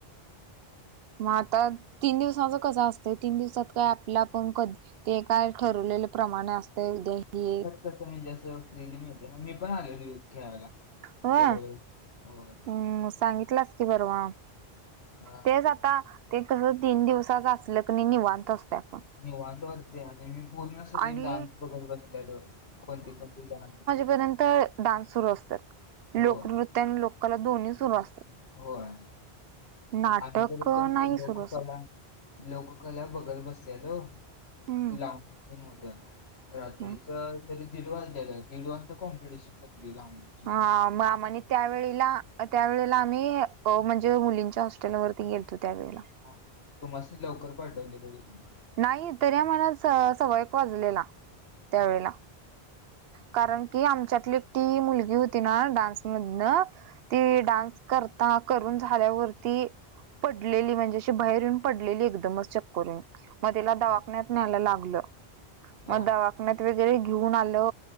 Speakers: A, on the right; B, on the left.
A: मग आता तीन दिवसाांच कस असतं तीन दिवसात काय आपला आपण कध ते काय ठरवलेले प्रमाणे असत उद्या ही
B: तसं म्हणजे असं फ्रीली मी मी पण आलेल यूथ खेळायला
A: होय
B: गेल्या वेळेस होय
A: हम् सांगितलाच परवा
B: हा
A: तेच आता ते कसं तीन दिवसाच असल की नाही निवांत असते आपण.
B: निवांत वाटतय आणि मी पूर्ण सगळे
A: आणि
B: डान्स बघत बसलेलो कोणती कोणते डान्स
A: पर्यंत डान्स सुरू असतात
B: होय
A: लोकनृत्य आणि लोककला दोन्ही सुरू असतात.
B: होय
A: नाटक
B: आम्ही तर कणी
A: नाही
B: लोककला
A: सुरू असत
B: लोककला बघत बसलेलो
A: हम्म
B: लांब मोठ् <unintelligible> रात्रीच
A: हम्म.
B: तरी दीड वाजलेलं दीड वाजता कॉम्पिटिशन संपली लावणी.
A: हा आमानी त्यावेळेला त्यावेेळेला आम्ही अ म्हणजे मुलींच्या हॉस्टेलवरती गेलतो त्यावेळे
B: हा तुमासनी लवकर पाठवले काय तिथं.
A: नाही तरी आम्हाला स सवयक वाजलेला त्यावेेळेला.
B: हा
A: कारण की आमच्यातली एकटी मुलगी होती ना डान्समधन ती
B: हा
A: डान्स करता करून झाल्यावरती पडलेली म्हणजे शी बाहेर येऊन पडलेली एकदमच च चक्कर येऊन मग तिला दवाखान्यात
B: हा
A: न्यायला लागलं
B: हा
A: मग
B: हा
A: दवाखान्यात वगैरे घेऊन आलो. आलो